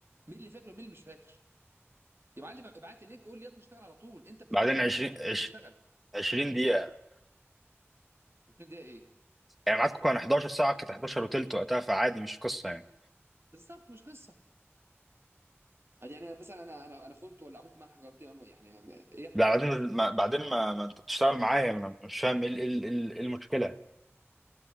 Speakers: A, on the right; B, in the centre.
A: مين اللي فاكر ومين اللي مش فاكر يا معلم ابعت لي اللينك قول لي يلا نشتغل على طول انت بتبعت
B: بعدين
A: لي اللينك
B: 20
A: على طول
B: عش-
A: يلا نشتغل
B: 20 دقيقة
A: 20 دقيقه ايه
B: يعني معاكم كان 11 ساعة كانت 11 وتلت وقتها فعادي مش قصة يعني
A: بالظبط مش قصه يعني انا مثلا انا انا انا خنت ولا عملت معاه حاجه غلط يعني يعني ايه يا احمد
B: لا بعدين ما بعدين ما, ما انت بتشتغل معايا ما انا مش فاهم ايه ال- إيه ال- إيه ال- إيه المشكله